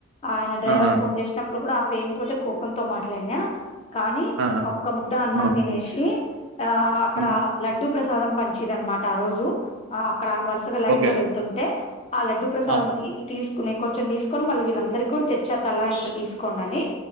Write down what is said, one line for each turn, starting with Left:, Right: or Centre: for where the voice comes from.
Left: ఆయన డ్రైవర్
Right: ఆహా
Left: ఫోన్ చేసినప్పుడు కూడా ఆ పెయిన్ తోటే కోపంతో మాట్లాడినా కానీ
Right: ఆహా
Left: ఒక్క ముద్ద అన్నం
Right: ఆ
Left: తినేసి ఆ అక్కడ
Right: హ్మ్
Left: లడ్డు ప్రసాదం పంచిరూ అనమాట ఆ రోజు ఆ అక్కడ వరుసగా లైన్
Right: ఓకే
Left: లో వెళ్తుంటే ఆ లడ్డు ప్రసాదం
Right: ఆహా
Left: తీ తీసు కునే కొంచెం తీసుకొని మళ్ళీ వీళ్ళందరి కూడా తెచ్చా తలా ఇంత తీసుకోండి అని